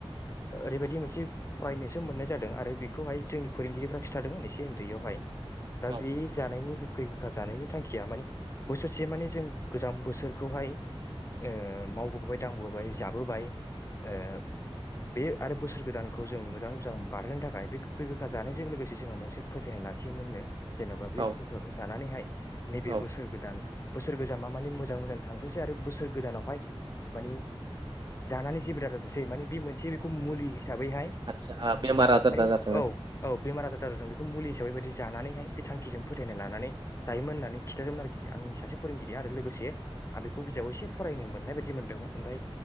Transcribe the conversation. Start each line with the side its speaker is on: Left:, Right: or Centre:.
Left: ओरैबायदि मोनसे फरायनोसो मोननाय जादों आरो बे बेखौहाय जोंनि फोरोंगिरिफ्रा खिथादोंमोन एसे उन्दैयावहाय दा
Right: औ
Left: बे जानायनि गोखै गोखा जानायनि थांखिया मानि बोसोरसे माने जों गोजाम बोसोरखौहाय ओ मावबोबाय दांबोबाय जाबोबाय ओ बे आरो बोसोर गोदानखौ जों मोजाङै मोजां बारहोनो थाखाय बे गोखै गोखा जानायजों लोगोसे जोंहा मोनसे फोथायनाय लाखियोमोननो जेनबा बे
Right: औ
Left: <unintelligible> जानानैहाय नैबे
Right: औ
Left: बोसोर गोदान बोसोर गोजामा माने मोजां मोजां थांथोंसै आरो बोसोर गोदानावहाय मानि जानानै जेबो दाजाथोंसै माने बे मोनसे बेखौ मुलि हिसाबैहाय
Right: आथसा बेमार आजार
Left: माने
Right: दाजाथो
Left: औ औ बेमार आजार दाजाथों बेखौ मुलि हिसाब बेबायदि जानानैहाय बे थांखिजों फोथायनाय लानानै जायोमोन होननानै खिथादोंमोन आरोखि आंनि सासे फोरोंगिरि आरो लोगोसे आं बेखौ बिजाबाव एसे फरायनो मोननाय बायदि मोन्दोंमोन ओमफाय